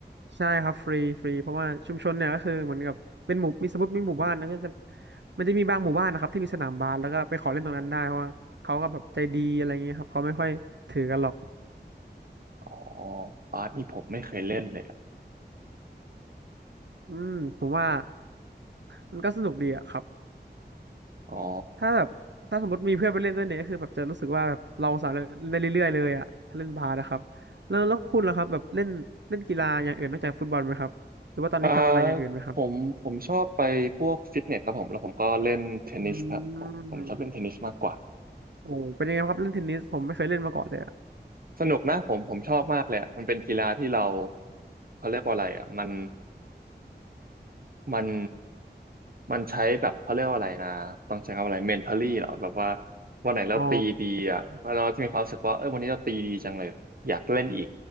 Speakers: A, on the right; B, on the right.
A: ใช่ครับฟรีฟรีเพราะว่าชุมชนเนี่ยก็คือเหมือนกับเป็นหมู่มีสมมติมีหมู่บ้านแล้วก็จะมันจะมีบางหมู่บ้านนะครับที่มีสนามบาสแล้วก็ไปขอเล่นตรงนั้นได้เพราะว่าเขาก็แบบใจดีอะไรเงี้ยครับเขาไม่ค่อยถือกันหรอก
B: อ๋อบาสนี่ผมไม่เคยเล่นเลยอะ
A: อืมผมว่ามันก็สนุกดีอะครับ
B: อ๋อ
A: ถ้าแบบถ้าสมมติมีเพื่อนไปเล่นด้วยเนี่ยก็คือแบบจะรู้สึกว่าแบบเราสามารถเล่นได้เรื่อยๆเลยอ่ะถ้าเล่นบาสนะครับแล้วแล้วคุณล่ะครับแบบเล่นเล่นกีฬาอย่างอื่นนอกจากฟุตบอลไหมครับหรือว่าตอนนี้ทำอะไรอย่างอื่นไหมครับ
B: อ่าผมผมชอบไปพวกฟิตเนสครับผมแล้วผมก็เล่นเทนนิสครับผมผมชอบเล่นเทนนิสมากกว่า
A: อืมโอ้เป็นยังไงครับเล่นเทนนิสผมไม่เคยเล่นมาก่อนเลยอ่ะ
B: สนุกนะผมผมชอบมากเลยอะมันเป็นกีฬาที่เราเขาเรียกว่าอะไรอ่ะมัน มันมันใช้แบบเขาเรียกว่าอะไรนะต้องใช้คำว่าอะไร mentally เหรอแบบว่าวันไหนเราตีดีอ่ะเราจะมีความรู้สึกว่าเออวันนี้เราตีดีจังเลยอยากเล่นอีก
A: อ๋อ